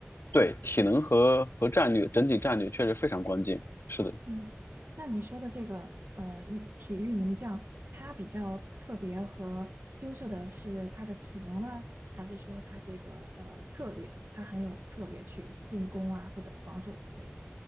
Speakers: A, on the left; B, on the right.
A: 对，体能和和战略整体战略确实非常关键。是的。
B: 嗯，那你说的这个呃运体育名将，他比较特别和优秀的是他的体能呢，还是说他这个呃策略，他很有策略去进攻啊或者防守之类的？